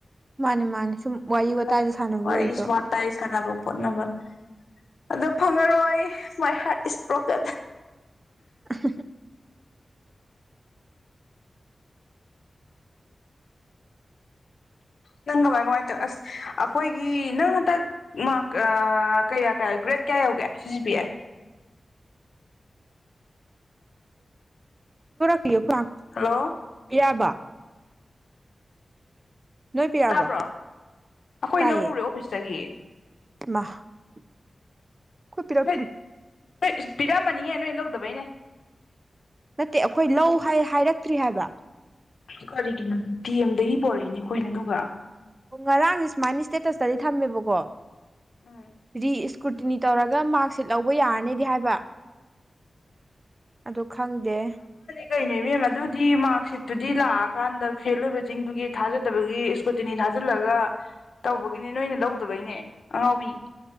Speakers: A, on the right (about 35°); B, on the left (about 80°).
A: ꯃꯥꯅꯦ ꯃꯥꯅꯦ ꯁꯨꯝ ꯋꯥꯔꯤ
B: ꯈꯥꯟꯅꯅꯤ
A: ꯋꯥꯇꯥꯏꯗ ꯁꯥꯟꯅꯕ
B: ꯋꯥꯔꯤ
A: ꯑꯣꯏꯔꯁꯨ
B: ꯏꯁ ꯃꯔ ꯇꯥꯏ ꯁꯥꯟꯕꯨꯣꯛ ꯍꯣꯠꯅꯕ ꯑꯗꯣ ꯐꯪꯉꯔꯣꯏ ꯃꯥꯏ ꯍꯥꯔꯠ ꯏꯁꯇ꯭ꯔꯣꯛꯀ
A: <inaudible>
B: ꯅꯪ ꯀꯃꯥꯏ ꯀꯃꯥꯏ ꯇꯧ ꯑꯁ ꯑꯩꯈꯣꯏꯒꯤ ꯅꯪ ꯍꯟꯗꯛ ꯃꯥꯔꯛ ꯀꯌꯥ ꯀꯌꯥ ꯒ꯭ꯔꯦꯗ ꯀꯌꯥ ꯌꯧꯒꯦ ꯁꯤꯁꯨ ꯄꯤꯌꯦ
A: ꯛꯂꯤꯣ ꯈ
B: ꯍꯜꯂꯣ
A: ꯌꯥꯕ ꯅꯣꯏ ꯄꯤꯔꯛꯑꯕ
B: ꯇꯥꯕ꯭ꯔꯣ ꯑꯩꯈꯣꯏ
A: ꯇꯥꯏꯌꯦ
B: ꯂꯧꯔꯨꯔꯦ ꯑꯣꯐꯤꯁꯇꯒꯤ
A: <inaudible> ꯑꯩꯈꯣꯏ ꯄꯤꯔꯛꯇ꯭ꯔꯤ
B: ꯅꯣꯏꯣꯏ ꯄꯤꯔꯃꯅꯤꯡꯉꯦ ꯅꯣꯏ ꯂꯧꯗ ꯅꯦ
A: ꯅꯠꯇꯦ ꯑꯩꯈꯣꯏ ꯂꯧ ꯍꯥꯏꯔꯛꯇ꯭ꯔꯤ ꯍꯥꯏꯕ
B: ꯀꯔꯤꯒꯤꯅꯣ ꯇꯤ ꯑꯦꯝꯗꯒꯤ ꯄꯣꯔꯛꯏꯅꯦ ꯑꯩꯈꯣꯏꯅ ꯑꯗꯨꯒꯒ
A: ꯑꯣ ꯉꯔꯥꯡꯗꯤꯦ ꯁꯨꯃꯥꯏꯅ ꯏꯁꯇꯦꯇꯁꯇꯗꯤ ꯊꯝꯃꯦꯕꯀꯣ
B: ꯎꯝ
A: ꯔꯤ ꯏꯁꯀꯨ ꯀꯨꯇꯤꯅꯤ ꯇꯧꯔꯒ ꯃꯥꯔꯛꯁꯤꯠ ꯂꯧꯕ ꯌꯥꯔꯅꯤꯗꯤ ꯍꯥꯏꯕ ꯑꯗꯨ ꯈꯪꯗꯦ
B: ꯀꯅꯦ ꯃꯦꯝ ꯑꯗꯨꯗꯤ ꯃꯥꯔꯛꯁꯤꯠꯇꯨꯗꯤ ꯂꯥꯛꯑꯀꯥꯟꯗ ꯐꯦꯜ ꯑꯣꯏꯕꯁꯤꯡꯗꯨꯒꯤ ꯊꯥꯖꯗꯕꯒꯤ ꯏꯁꯀ꯭ꯔꯨꯇꯤꯅꯤ ꯊꯥꯖꯜꯂꯒ ꯇꯧꯕꯒꯤꯅꯦ ꯅꯣꯏꯅ ꯂꯧꯗꯕꯩꯅꯦ ꯑꯉꯥꯎꯕꯤ